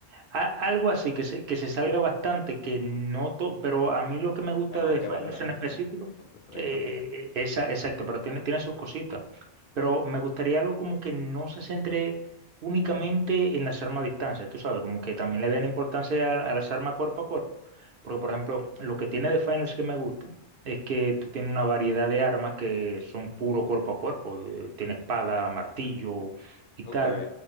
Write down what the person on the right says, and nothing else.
A- algo así, que se, que se salga bastante, que no todo, pero a mí lo que me gusta
de
Finals
en
específico,
eh,
esa, exacto, pero tiene, tiene sus cositas. Pero me gustaría algo como que no se centre únicamente en las armas a distancia, tú sabes, como que también le den importancia a, a las armas cuerpo a cuerpo. Porque, por ejemplo, lo que tiene de Finals que me gusta es que tú tienes una variedad de armas que son puro cuerpo a cuerpo, eh, tiene espada, martillo y
tal